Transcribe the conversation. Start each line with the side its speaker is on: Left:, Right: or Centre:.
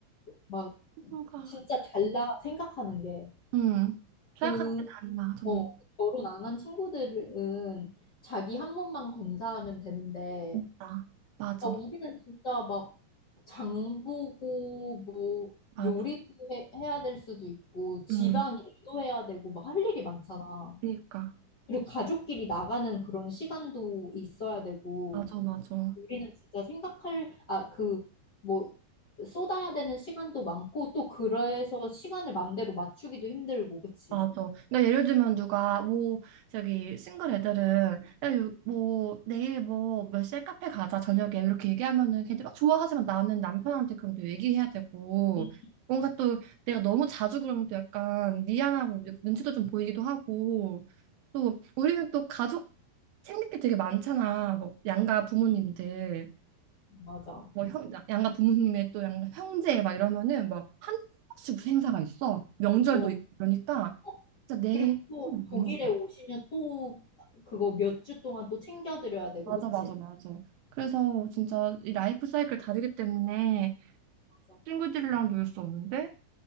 Left: 막,
Right: 뭐가.
Left: 진짜 달라, 생각하는 게.
Right: 음, 생각하는
Left: 그,
Right: 게 달라, 정말.
Left: 어, 결혼 안 한 친구들은 자기 한 몸만 건사하면 되는데,
Right: 진짜. 맞아,
Left: 막 우리는 진짜 막, 장 보고, 뭐,
Right: 맞아.
Left: 요리도 해, 해야 될 수도 있고, 집안
Right: 음,
Left: 일도 해야 되고, 막 할 일이 많잖아.
Right: 그러니까.
Left: 그리고 가족끼리 나가는 그런 시간도 있어야 되고,
Right: 맞아, 맞아.
Left: 우리는 진짜 생각할, 아, 그, 뭐, 쏟아야 되는 시간도 많고, 또 그래서 시간을 맘대로 맞추기도 힘들고, 그치?
Right: 맞아. 그러니까 예를 들면 누가 뭐 저기 싱글 애들은 야, 요- 뭐 내일 뭐 몇 시에 카페 가자 저녁에 이렇게 얘기하면은 걔들이 막 좋아하지만 나는 남편한테 그럼 또 얘기해야 되고
Left: 음,
Right: 뭔가 또 내가 너무 자주 그러면 또 약간 미안하고 눈치도 좀 보이기도 하고 또 우리는 또 가족 챙길 게 되게 많잖아. 뭐 양가 부모님들.
Left: 맞아.
Right: 뭐 형, 양가 부모님의 또 양가 형제 막 이러면은 뭐한 번씩 무슨 행사가 있어. 명절도
Left: 어,
Right: 있고 그러니까
Left: 어.
Right: 진짜 내
Left: 그리고 또
Right: 시간이 없는
Left: 독일에
Right: 거야.
Left: 오시면 또 그거 몇 주 동안 또 챙겨드려야 되고,
Right: 맞아,
Left: 그치?
Right: 맞아, 맞아. 그래서 진짜 이 라이프 사이클 다르기 때문에
Left: 맞아.
Right: 친구들이랑 놀 수 없는데